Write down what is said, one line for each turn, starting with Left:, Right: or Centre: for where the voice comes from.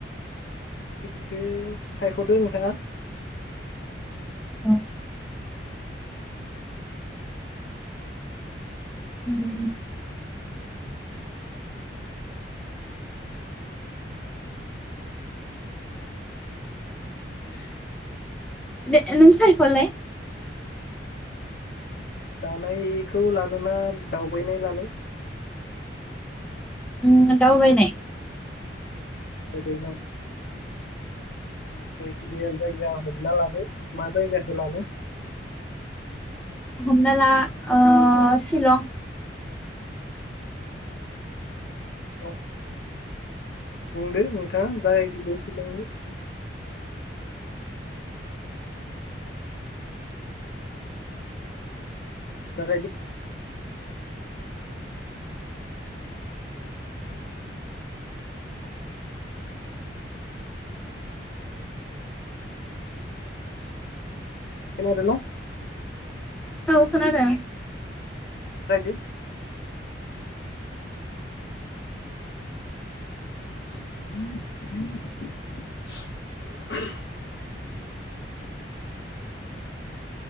Left: पिकखो सायख'दों नोंथाङा
Centre: औ। उम।
Left: <inaudible>
Centre: दे नों साहफलाय
Left: जानायखौ लानोना दावबायनाय लानो
Centre: उम दावबायनाय।
Left: <unintelligible> जायखि जाया जायगा हमना लानो मा जायगाखो लानो?
Centre: हमना ला ओ शिलं -
Left: औ। बुंदो नोंथाङा जायगायाव शिलं जागायदो। खोनादोंना?
Centre: औ खोनादों।
Left: जागायदो। उ